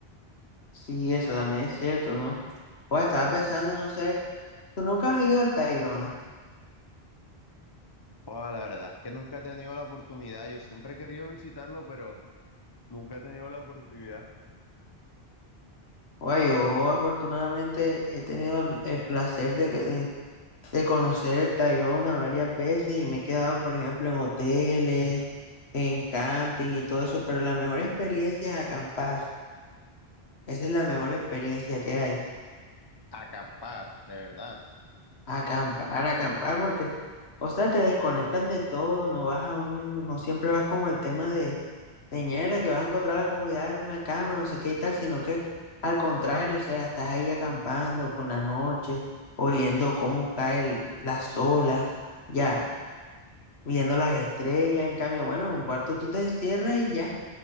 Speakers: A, on the left; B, on the left.
A: Sí, eso también es cierto, ¿no? Pues estaba pensando, no sé, tú nunca has ido al Tayrona.
B: Joda, la verdad es que nunca he tenido la oportunidad. Yo siempre he querido visitarlo, pero nunca he tenido la oportunidad.
A: Oye, yo afortunadamente he tenido el, el placer de, que- de, de conocer el Tayrona varias veces y me he quedado, por ejemplo, en hoteles, en camping y todo eso, pero la mejor experiencia es acampar. Esa es la mejor experiencia que hay.
B: Acampar, de verdad.
A: Acampar, acampar, porque, o sea, te desconectas de todo, no vas a un, no siempre vas como al tema de teñera, que vas a encontrar la comunidad en una cama, no sé qué y tal, sino que al contrario, o sea, estás ahí acampando con la noche, oyendo cómo cae el- las olas, ya. viendo las estrellas. En cambio, bueno, en un cuarto tú te encierras y ya,